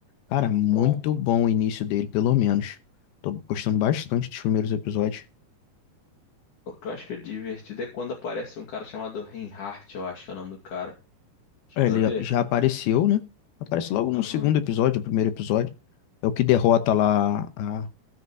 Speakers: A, on the left; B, on the left.
A: Cara, muito
B: Bom.
A: bom o início dele, pelo menos. Tô gostando bastante dos primeiros episódios.
B: O que eu acho que é divertido é quando aparece um cara chamado Reinhardt, eu acho que é o nome do cara. Chegou
A: É, Ele
B: a ver?
A: já apareceu, né? Aparece logo no
B: Aham.
A: segundo episódio, o primeiro episódio. É o que derrota lá a...